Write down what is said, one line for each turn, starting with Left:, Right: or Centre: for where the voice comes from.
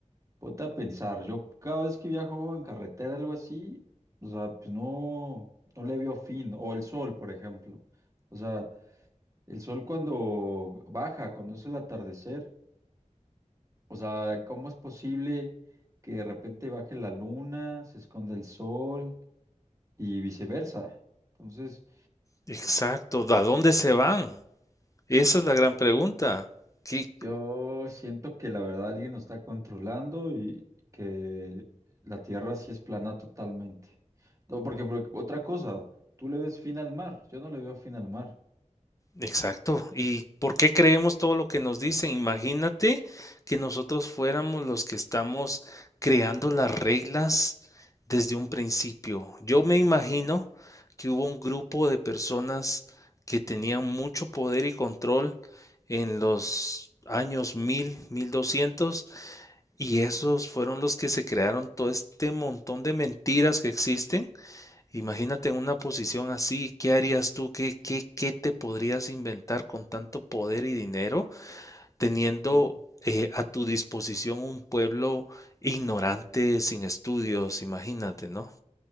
Right: Ponte a pensar, yo cada vez que viajo en carretera, algo así, o sea, pues no, no le veo fin. O el sol, por ejemplo. O sea, el sol cuando baja, cuando es el atardecer, o sea, ¿cómo es posible que de repente baje la luna, se esconda el sol y viceversa? Entonces,
Left: Exacto, a dónde se van? Esa es la gran pregunta. ¿Qué,
Right: Yo siento que la verdad alguien nos está controlando y que la Tierra sí es plana totalmente. No, porque, por- otra cosa, tú le ves fin al mar, yo no le veo fin al mar.
Left: Exacto. ¿Y por qué creemos todo lo que nos dicen? Imagínate que nosotros fuéramos los que estamos creando las reglas desde un principio. Yo me imagino que hubo un grupo de personas que tenían mucho poder y control en los años mil, mil doscientos, y esos fueron los que se crearon todo este montón de mentiras que existen Imagínate en una posición así, ¿qué harías tú? ¿Qué, qué, qué te podrías inventar con tanto poder y dinero, teniendo
Right: Uh,
Left: eh, a tu disposición un pueblo ignorante, sin estudios? Imagínate, ¿no?